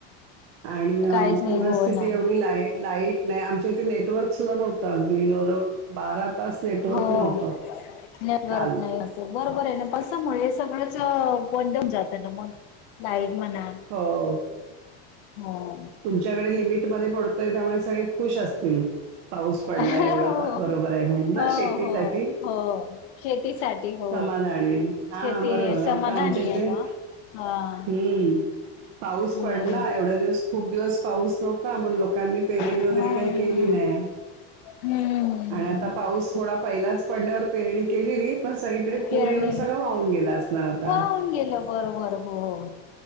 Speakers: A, on the right; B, on the left.
A: आणि
B: काहीच नाही
A: पूरस्थिती
B: हो ना
A: एवढी लाई लाईट नाही आमच्या इथे नेटवर्कसुद्धा नव्हतं, अगदी जवळजवळ बारा तास नेटवर्क
B: हो
A: नव्हतं,
B: नेटवर्क
A: काल.
B: नाही बरोबर आहे ना, पावसामुळे हे सगळंच बंद जातं ना मग. लाईट म्हणा,
A: हो.
B: हो.
A: तुमच्याकडे लिमिटमध्ये पडतोय, त्यामुळे सगळे खुश असतील. पाऊस पडला
B: हो.
A: एवढा बा बरोबर आहे, म्हणून ना
B: हो
A: शेतीसाठी.
B: हो हो शेतीसाठी हो.
A: समाधानी. हा
B: शेती
A: बरोबर
B: समाधानी
A: आता आमच्या इथे
B: आहे बा हा.
A: हम्म. पाऊस
B: हम्म
A: पडला, एवढ्या दिवस खूप दिवस पाऊस होता, मग लोकांनी पेरणी
B: हम्म
A: वगैरे काय केली नाही
B: हम्म.
A: आणि आता पाऊस थोडा पहिलाच पडल्यावर पेरणी केलेली. पण सगळीकडे
B: खेळणे
A: पूर येऊन सगळं वाहून गेलं असणार आता.
B: होऊन गेलं बरोबर हो.